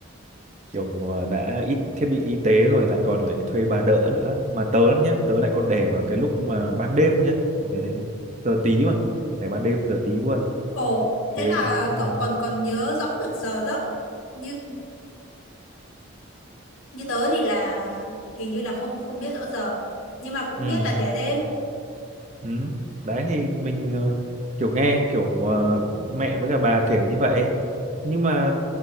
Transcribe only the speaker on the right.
kiểu ờ, đã ít thiết bị y tế rồi lại còn lại thuê bà đỡ nữa mà tớ nhá tớ lại còn để vào cái lúc mà ban đêm nhá kiểu như thế giờ tí mà để ban đêm giờ tí luôn
thế
ừ
ừ
ừ đấy thì mình ờ, kiểu nghe kiểu ờ, mẹ với cả bà kể như vậy nhưng mà